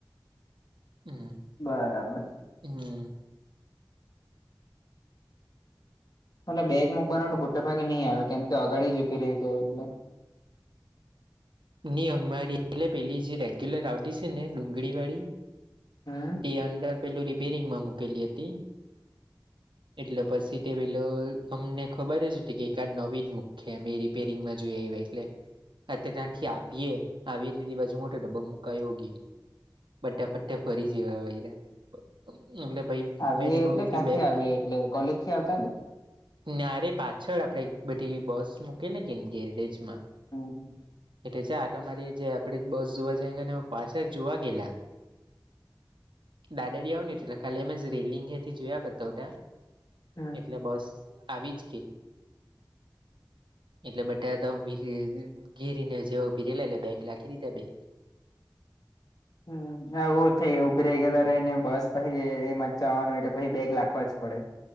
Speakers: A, on the right; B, on the left.
A: હમ્મ.
B: બરાબર.
A: હમ્મ.
B: એટલે બેગ મૂકવાનું તો મોટા ભાગે નહી આવે કેમ કે અગાડી જ ઊભી રહી જાય એટલે.
A: ની અમારી એલે પેલી જે રેગ્યુલર આવતી છે ને ડુંગળી વાળી
B: હા.
A: એ અંદર પેલું રિપેરિંગમાં મૂકેલી હતી. એટલે પછી તે પેલો અમને ખબર જ કે એકાદ નવી જ મુક હે. રીપેરીંગ માં જોય આયવા એટલે તે તા થી આવીએ આવીએ એટલે એ બાજુ મોટો ડબ્બો મુકાય ગયો. બટા પટ્ટે ફરી જવા હોય્યા એટલે ભાઈ
B: આવીએ
A: બે ની
B: એટલે
A: ભૂમિકે
B: ક્યાંથી
A: બે બે
B: આવીએ એટલે કોલેજ થી આવતા કે
A: નારે પાછળ આપડે બધી બસ મૂકેલી કે ને ગેરેજ માં
B: હ હા
A: છે આટ મારી જે આપડે બસ જોવા જઈ પાછળ જોવા ગેલા દાદારીયા આવ ને એટલે ખાલી અમે રેલિંગયાથી જોયા કરતાટા
B: હમ
A: એટલે બસ આવી જ કે એટલે બધા તો ઘેરીને જેવ ભીરેલા એટલે બેગ લખી દીધા બે
B: હમ્મ એવું થઈ ઉભી રહી ગેલા રેયને બસ પછી એમાં જ જવાનું હો તો પછી બેગ લખવા જ પડે.